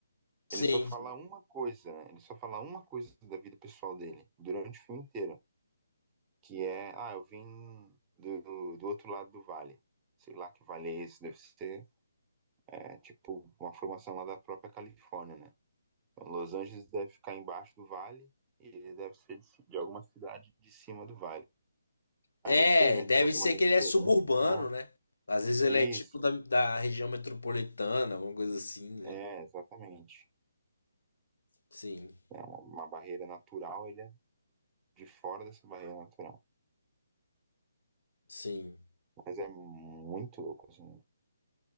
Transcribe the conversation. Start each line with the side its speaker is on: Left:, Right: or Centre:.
Left: Sim,
Right: Ele só fala uma coisa, né? Ele só fala uma coisa da vida pessoal dele durante o filme inteiro, que é, ah, eu vim do, do outro lado do vale. Sei lá que vale é esse, deve ser, é, tipo, uma formação lá da própria Califórnia, né? Então, Los Angeles deve ficar embaixo do vale e ele deve ser de, de alguma cidade de cima do vale.
Left: É,
Right: Aí não sei, né?
Left: deve
Right: Se é alguma
Left: ser
Right: referência.
Left: que ele é suburbano,
Right: Ah,
Left: né? Às vezes ele
Right: isso,
Left: é tipo da, da região metropolitana, alguma coisa assim, né?
Right: é, exatamente.
Left: Sim,
Right: É uma, uma barreira natural, ele é de fora dessa barreira natural.
Left: sim.
Right: Mas é muito louco, assim.